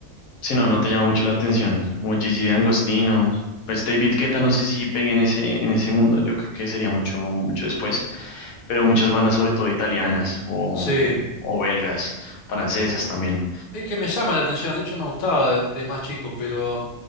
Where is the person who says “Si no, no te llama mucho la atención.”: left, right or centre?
Left